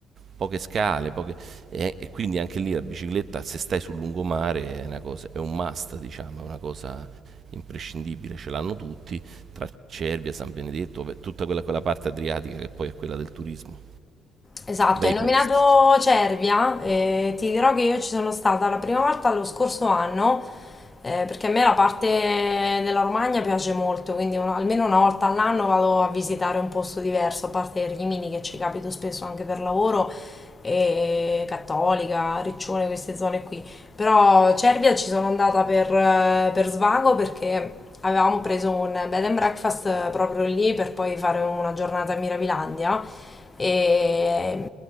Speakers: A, on the right (about 50°); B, on the left (about 20°).
A: poche scale, poche- e, e quindi anche lì la bicicletta, se stai sul lungomare, è, una cosa, è un must, diciamo, è una cosa imprescindibile, ce l'hanno tutti, tra Cervia, San Benedetto, beh, tutta quella, quella parte adriatica che poi è quella del turismo.
B: Esatto,
A: Bei
B: hai nominato
A: posti.
B: Cervia e ti dirò che io ci sono stata la prima volta lo scorso anno, eh, perché a me la parte della Romagna piace molto, quindi un- almeno una volta all'anno vado a visitare un posto diverso, a parte Rimini che ci capito spesso anche per lavoro, e Cattolica, Riccione, queste zone qui. Però Cervia ci sono andata per, eh, per svago perché avevamo preso un bed and breakfast proprio lì per poi fare una giornata a Mirabilandia. E